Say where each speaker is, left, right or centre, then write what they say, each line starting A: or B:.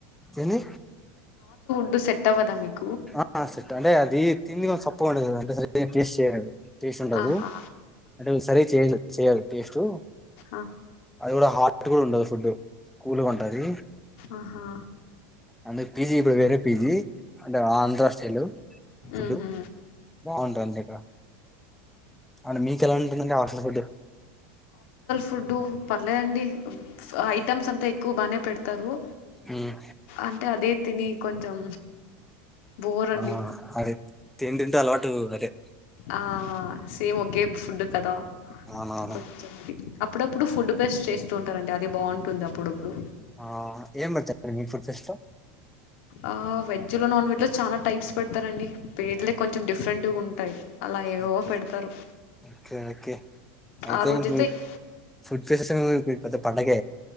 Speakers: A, in the centre; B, on the left (about 65°).
A: ఏంది
B: ఫుడ్ సెట్టవదా మీక్
A: ఆ సెట్ అంటే అది తిండి కొంచెం సప్ప ఉంటాది కదండి సరిగా టేస్ట్ చేయరూ టేస్టుండదు
B: ఆహా
A: అంటే సరే చేయ చేయాలి టేస్టు
B: ఆ
A: అది కూడా హార్టు కూడా ఉండదు ఫుడు కూల్గా ఉంటది
B: ఆహా
A: అందుకి పీజీ ఇప్పుడు వేరే పీజీ అంటే ఆంధ్ర స్టయిల్ ఫుడ్
B: ఉహు
A: బాగుంటదిక్కడ అంటే మీకేలా ఉంటుందండి హాస్టల్ ఫుడ్
B: ఫుడ్డు పర్లేదండి ఐటమ్స్ అంతా ఎక్కువ బాగానే పెడ్తారు
A: ఉమ్,
B: అంటే అదే తిని కొంచెం బోర్ అండి
A: ఆ అదే తింటుంటే అలవాటు అదే
B: ఆ సేమ్ ఓకే ఫుడ్ కదా
A: అవునవును
B: కొంచెం అప్పుడప్పుడు ఫుడ్ ఫెస్ట్ చేస్తూ ఉంటారండి అది బాగుంటుంది అప్పుడప్పుడు
A: ఆ ఏం పెడ్తారు మీ ఫుడ్ ఫెస్లో
B: ఆ వెజ్ లో నాన్ వెజ్లో చాలా టైప్స్ పెడ్తారండి పేట్లే కొంచెం డిఫరెంట్గా ఉంటాయి అలా ఏవో
A: ఓకే ఓకే
B: పెడతారు
A: ఓకే ఓకే అయితే
B: ఆ రోజైతే
A: మీక్ ఫుడ్ ఫెస్టు <unintelligible> మీకు పండగే